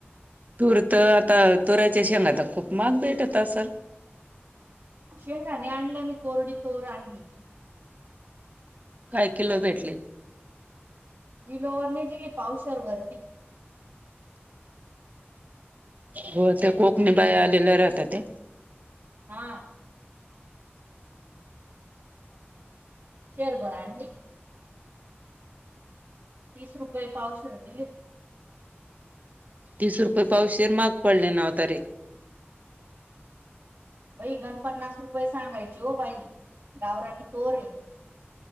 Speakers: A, on the right (about 40°); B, on the right (about 55°).
A: तूर तर आता तुराच्या शेंगात खूप मार्ग भेट होता सर
B: शेंगाणे आणले मी कोरडी तोर आणली
A: काय किलो भेटली
B: जिलोवरने दिली पावसर वरती
A: हो त्या कोकणी बाय आलेल्या राहतात त्या
B: हा शेअर बरा आणली तीस रुपये पावसर दिले
A: तीस रुपये पावशशीर मग पडले ना ना त रे
B: बई गणपन्नास रुपये सांगायचे हो भाई गावरानी तोरे